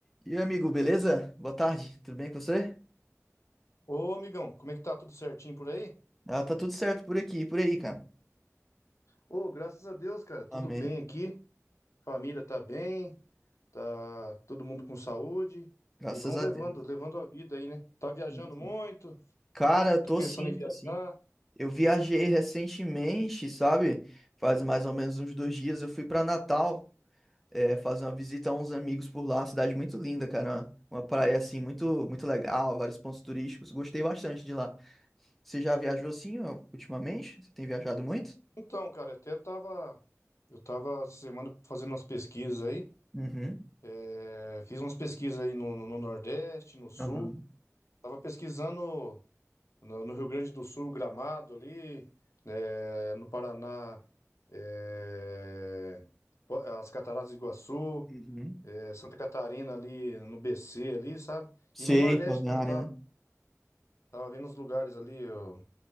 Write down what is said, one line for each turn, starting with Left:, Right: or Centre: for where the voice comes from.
Centre: E aí, amigo, beleza? Boa tarde, tudo bem com você?
Left: Ô, amigão, como é que tá? Tudo certinho por aí?
Centre: Ah, tá tudo certo por aqui, e por aí, cara.
Left: Ô, graças a Deus, cara, tudo
Centre: Amém.
Left: bem aqui. Família tá bem, tá todo mundo com saúde
Centre: Graças
Left: e vão
Centre: a
Left: levando,
Centre: Deus.
Left: levando a vida aí, né? Tá viajando
Centre: Sim,
Left: muito,
Centre: sim. Cara, tô
Left: tô pensando
Centre: sim,
Left: em viajar.
Centre: tô sim. Eu viajei recentemente, sabe? Faz mais ou menos uns dois dias. Eu fui pra Natal, é, fazer uma visita a uns amigos por lá. Cidade muito linda, cara. Uma praia assim muito, muito legal, vários pontos turísticos. Gostei bastante de lá. Você já viajou assim ó, ultimamente? Você tem viajado muito?
Left: Então, cara, até tava, eu tava essa semana fazendo umas pesquisas aí,
Centre: Uhum.
Left: é, fiz umas pesquisas aí no, no no Nordeste, no Sul.
Centre: Aham.
Left: Tava pesquisando No, no Rio Grande do Sul, Gramado ali, eh, no Paraná, eh, Po- as Cataratas do Iguaçu,
Centre: Uhum.
Left: eh, Santa Catarina ali, no BC ali, sabe?
Centre: Sei,
Left: E no Nordeste
Centre: Balneário,
Left: também tava,
Centre: né?
Left: tava vendo os lugares ali, ó,